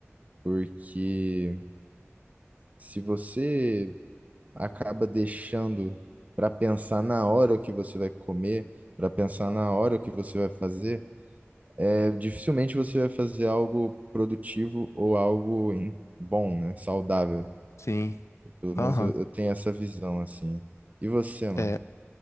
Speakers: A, on the right; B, on the left.
A: porque se você acaba deixando para pensar na hora o que você vai comer, para pensar na hora o que você vai fazer, é, dificilmente você vai fazer algo produtivo ou algo em- bom, né? Saudável.
B: Sim.
A: Pelo
B: Aham.
A: menos eu, eu tenho essa visão, assim. E você, mano?
B: É,